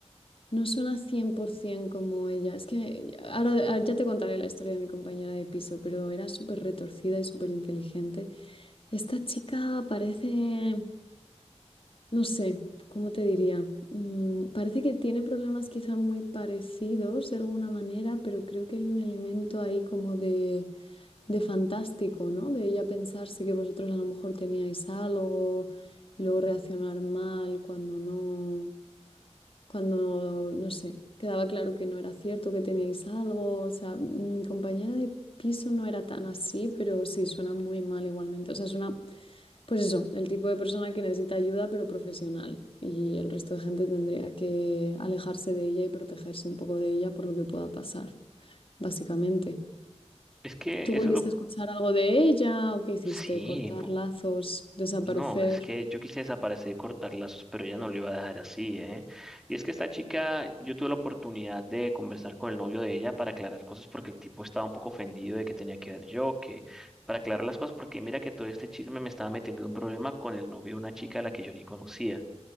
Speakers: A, on the left (about 50°); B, in the centre.
A: No suena 100% como ella. Es que ahora ahora ya te contaré la historia de mi compañera de piso, pero era súper retorcida y súper inteligente. Esta chica parece, no sé, ¿cómo te diría? Mm, parece que tiene problemas quizá muy parecidos de alguna manera, pero creo que hay un elemento ahí como de, de fantástico, ¿no? De ella pensarse que vosotros a lo mejor teníais algo y luego reaccionar mal cuando no cuando, no sé, quedaba claro que no era cierto, que teníais algo. O sea, mi compañera de piso no era tan así, pero sí, suena muy mal igualmente. O sea, suena, pues eso, el tipo de persona que necesita ayuda, pero profesional. Y el resto de gente tendría que alejarse de ella y protegerse un poco de ella por lo que pueda pasar, básicamente.
B: Es que
A: ¿Tú
B: eso
A: volviste
B: es lo...
A: a escuchar algo de ella o qué hiciste?
B: Sí,
A: ¿Cortar lazos? ¿Desaparecer?
B: No, es que yo quise desaparecer y cortar lazos, pero ella no lo iba a dejar así, ¿eh? Y es que esta chica, yo tuve la oportunidad de conversar con el novio de ella para aclarar cosas porque el tipo estaba un poco ofendido de que tenía que ver yo, que para aclarar las cosas, porque mira que todo este chisme me estaba metiendo en un problema con el novio de una chica a la que yo ni conocía.